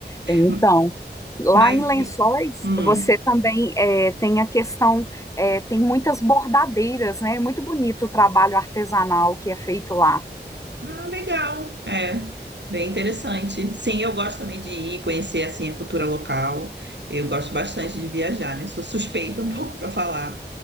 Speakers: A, on the left (about 15°); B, on the right (about 85°).
A: Então,
B: <laughs>
A: lá
B: Mas
A: em Lençóis,
B: e. hum.
A: você também é, tem a questão, é, tem muitas bordadeiras, né? É muito bonito o trabalho artesanal que é feito lá.
B: Ah, legal. É, bem interessante. Sim, eu gosto também de ir conhecer assim a cultura local. Eu gosto bastante de viajar, né? Sou suspeita um <laughs> pouco para falar.